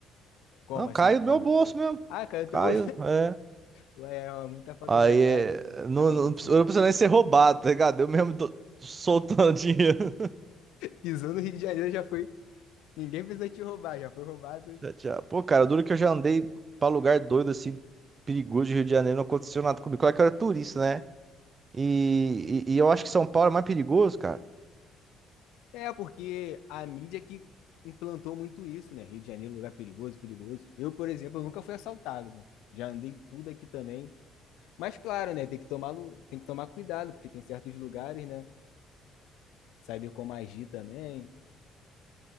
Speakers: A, on the left; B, on the right.
A: Como
B: Não, caiu
A: assim?
B: do
A: Como?
B: meu bolso
A: pô?
B: mesmo.
A: Ah, cara, eu
B: Caiu,
A: tô... <laughs>
B: é.
A: Ué, É uma muita falta
B: Aí
A: de azar.
B: é, não,
A: Muita falta
B: não,
A: de
B: precisa-
A: sorte.
B: eu não precisa nem ser roubado, tá ligado? Eu mesmo tô soltando <laughs> dinheiro.
A: Pisou no Rio de Janeiro, já foi. Ninguém precisou te roubar, já foi roubado.
B: Já, já. Pô, cara, duro que eu já andei pra lugar doido assim, perigoso de Rio de Janeiro, não aconteceu nada comigo. Claro que eu era turista, né? E, e, e eu acho que São Paulo é mais perigoso, cara.
A: É, porque a mídia que implantou muito isso, né? Rio de Janeiro, lugar perigoso, perigoso. Eu, por exemplo, eu nunca fui assaltado, mano. Já andei tudo aqui também. Mas claro, né? Tem que tomar, lu- tem que tomar cuidado, porque tem certos lugares, né? Saber como agir também.